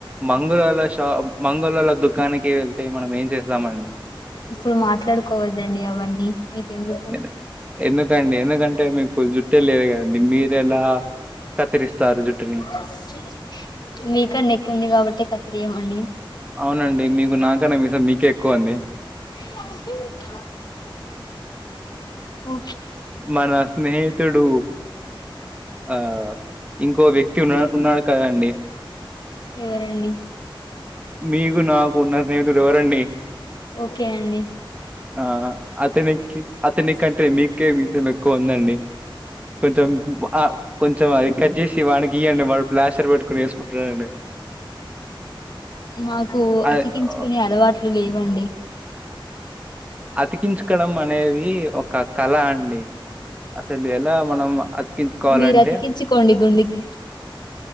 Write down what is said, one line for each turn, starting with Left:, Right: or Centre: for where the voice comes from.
Right: మంగళోల షా మంగళోల దుకానికి వెళ్తే మనం ఏం చేస్తామండి?
Left: ఇప్పుడు మాట్లాడుకోవదండి అవన్నీ మీకెందుకు
Right: ఎన్- ఎందుకండి ఎందుకంటే మీకు జుట్టే లేదు కదండి మీర ఎలా కత్తిరిస్తారు జుట్టుని
Left: <inaudible> మీకన్నా ఎక్కువ ఉంది కాబట్టి కత్రీయమండి
Right: అవునండి మీకు నాకన్నా మీసం మీకే ఎక్కువ అండి
Left: <inaudible> ఓ
Right: మన స్నేహితుడు ఆ ఇంకో వ్యక్తి ఉన్నా ఉన్నాడు కదండి
Left: ఎవరండి
Right: మీకు నాకు ఉన్న స్నేహితుడు ఎవరండి
Left: ఓకే అండి
Right: ఆ అతనికి అతని కంటే మీకు కే మీసం ఎక్కువ ఉందండి కొంచెం కొ చం అది కట్ చేసి వాడికి ఇయ్యండి వాడు ప్లాస్టర్ పెట్టుకుని వేసుకుంటాడండి
Left: మాకు
Right: ఆహ్,
Left: అతికించుకునే అలవాట్లు లేవండి
Right: అతికించుకోవడం అనేది ఒక కళ అండి అసలు ఎలా మనం అతికించుకోవాలంటే
Left: మీరు అతికించుకోండి గుండు కి